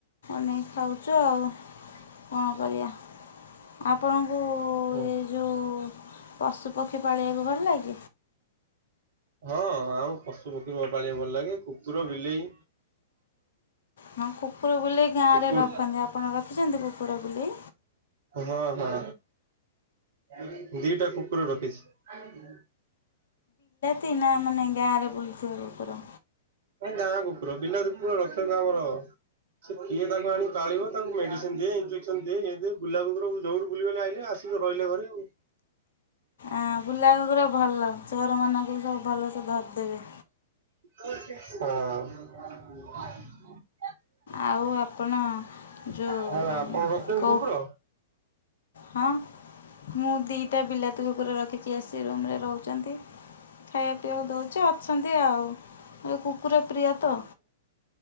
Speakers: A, on the left (about 60°); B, on the right (about 55°).
A: ନେଇକି ଖାଉଛୁ ଆଉ। କଣ କରିଆ ଆପଣଙ୍କୁ
B: ଓ
A: ଏ ଯୋଉ ପଶୁପକ୍ଷୀ ପାଳିବାକୁ
B: ହଁ ଆଉ ପଶୁ ପକ୍ଷୀ ମୋ ପାଳିବା ଭଲ ଲାଗେ, କୁକୁର ବିଲେଇ।
A: ହଁ କୁକୁର ବିଲେଇ ଗାଁରେ
B: କୁକୁର
A: ରଖନ୍ତି ଆପଣ ରଖିଛନ୍ତି କୁକୁର ବିଲେଇ
B: ହଁ ହଁ। ଏ ଦିଟା କୁକୁର ରଖିଛି।
A: ସନା ମାନେ ଗାଁ ରେ ବୁଲୁଛ ଉପର
B: ସେ ଗାଁ କୁକୁର ପିଲା ତ ପୁରା ରଖ କେ କାମର ସେ କିଏ ତାକୁ ଆଣିଳିବ ତାକୁ ମେଡିସିନ ଦିଏ ଇଞ୍ଜେକ୍ସନ ଦି ଗୁଲାବୁର ଯୋଉଠୁ ବୁଲିବଲେ ଆେ ଆସିକି ରହିଲେ ଘରେ ଆଉ
A: ଆ ବୁଲା କୁକୁର ଭଲ ଚୋର ମାନଙ୍କୁ ସବୁ ଭଲସ ଧରିଦେବେ
B: ହ। ହଁ।
A: ଆଉ ଆପଣ ଯୋଉ
B: ହଁ ହଁ ଆପଣ ରଖିଛନ୍ତି
A: କହୁ
B: କୁକୁର?
A: ହଁ। ମୁଁ ଦିଟା ବିଲାତି ଉପରେ ରଖିଛି ଆସି ରୁମରେ ରହୁଚି। ଖାଇ ବା ପିଇବା ପାଇଁ ଦୋଉଚି ଅଛନ୍ତି ଆଉ କୁକୁର ପ୍ରିୟ ତ।